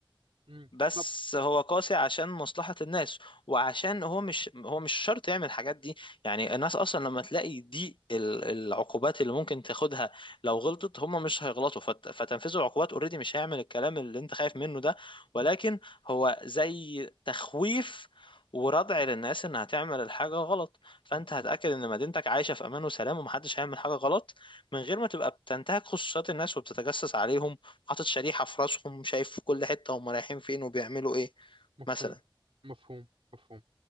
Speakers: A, on the right; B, on the left.
A: مم.
B: بس
A: طب
B: هو قاسي عشان مصلحة الناس وعشان هو مش هو مش شرط يعمل الحاجات دي يعني الناس أصلا لما تلاقي دي ال- العقوبات اللي ممكن تاخدها لو غلطت هم مش هيغلطوا فت- فتنفيذ العقوبات اوريدي مش هيعمل الكلام اللي انت خايف منه ده ولكن هو زي تخويف وردع للناس انها تعمل الحاجة غلط فانت
A: مفهوم
B: هتأكد ان مدينتك عايشة في امان وسلام ومحدش هيعمل حاجة غلط من غير ما تبقى بتنتهك خصوصيات الناس وبتتجسس عليهم حاطط شريحة في راسهم شايف في كل حتة هم رايحين فين وبيعملوا ايه
A: مفهوم
B: مثلا
A: مفهوم مفهوم